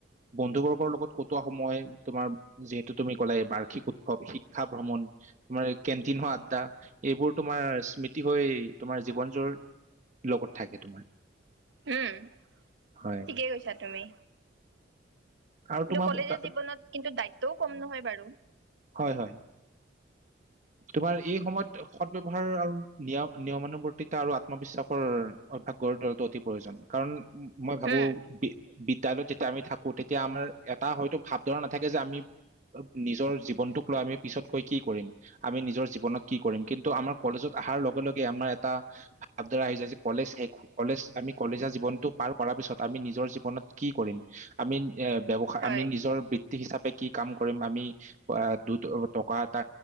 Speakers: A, on the right; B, on the right.
A: বন্ধু বৰ্গৰ লগত কতোৱা সময় তোমাৰ যিহেতু তুমি কলায় বাৰ্ষিক উৎসৱ শিক্ষা ভ্ৰমণ তোমাৰ কেণ্টিনৰ আড্ডা এইবোৰ তোমাৰ স্মৃতি হৈ তোমাৰ জীৱন যোৰ লগত থাকে, তোমাৰ।
B: হম',
A: হয়
B: ঠিকেই কৈছা তুমি',
A: আৰু
B: কিন্তু
A: তোমাৰ
B: কলেজীয়া
A: তা-
B: জীৱনত কিন্তু দায়িত্বও কম নহয় বাৰু।
A: হয় হয় তোমাৰ এই সময়ত, সদ ব্যৱহাৰ আৰু নিয়মানুৱৰ্তিতা আৰু আত্মবিশ্বাসৰ অভ্যাস গঢ়ি লোৱাটো অতি প্ৰয়োজন কাৰণ মই ভাবো
B: উম
A: বি, তাইলৈ যেতিয়া আমি থাকোঁ তেতিয়া আমাৰ এটা হয়তো ভাৱধাৰা নাথাকে যে', - আমি নিজৰ জীৱনটোক লৈ আমি পিছত গৈ কি কৰিম। আমি নিজৰ জীৱনত কি কৰিম কিন্তু আমাৰ কলেজত আহাৰ লগে-লগে আমাৰ এটা ভাৱধাৰা আহি যায় যে', -কলেজ শেষ, কলেজ আমি, কলেজীয়া জীৱনটো পাৰ কৰাৰ পিছত আমি নিজৰ জীৱনত কি কৰিম আমি এ', ব্যৱসায়
B: হয়
A: আমি নিজৰ বৃত্তি হিচাপে, কি', কাম কৰিম আমি দু', -টকা এটা,